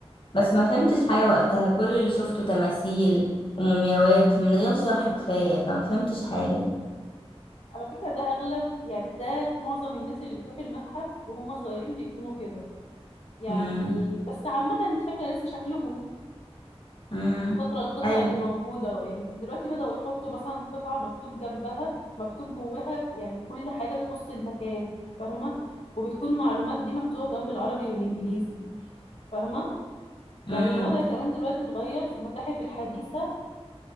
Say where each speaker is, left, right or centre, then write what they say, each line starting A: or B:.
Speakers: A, on the left (about 55°); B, on the left (about 80°).
A: بس ما فهمتش
B: مم.
A: حاجة وقتها كل اللي شفته تماثيل ومومياوات من غير شرح كفاية فما فهمتش حاجة
B: على فكرة ده أغلب يعني ده معظم الناس اللي بتروح المتحف وهم صغيرين بيكونوا كده يعني
A: امم
B: بس عامة انت فاكرة لسه شكلهم
A: امم
B: فاكرة القطع
A: ايوه
B: اللي موجودة يعني دلوقتي بدأوا يحطوا مثلا قطعة مكتوب جنبها مكتوب جواها يعني كل حاجة تخص المكان فاهمة وبتكون المعلومات دي مكتوبة كمان بالعربي والإنجليزي فاهمة
A: امم
B: يعني الوضع كمان دلوقتي اتغير في المتاحف الحديثة